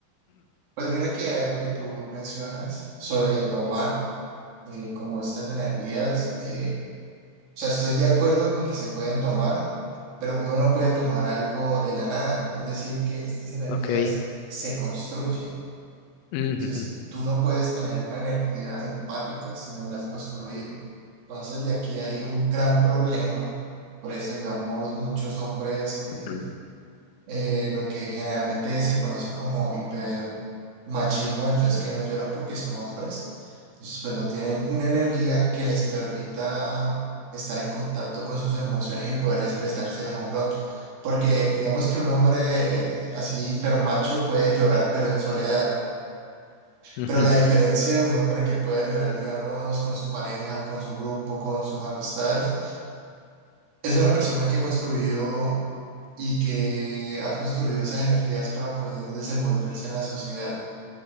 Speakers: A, on the right; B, on the left.
A: Pues mira que algo que tú mencionas sobre tomar eh, como estas energías, eh, o sea, estoy de acuerdo con que se pueden tomar, pero uno no puede tomar algo de la nada, es decir, que estas energías
B: Ok.
A: se construyen.
B: Ujú,
A: Entonces, tú no puedes tener una energía empática si no la has construido. Entonces, de aquí hay un gran problema. Por eso, digamos, muchos hombres... eh,
B: ujú,
A: eh, lo que generalmente se conoce como hipermachismo, entonces que no lloran porque son hombres, entonces pues no tienen una energía que les permita estar en contacto con sus emociones y poder expresárselas a un otro. Porque digamos que un hombre eh, así hipermacho puede llorar, pero en soledad.
B: ujú,
A: Pero la diferencia de un hombre que pueda llorar, digamos, con su pareja, con su grupo, con sus amistades, es una persona que construyó y que ha construido esas energías para poder desenvolverse en la sociedad.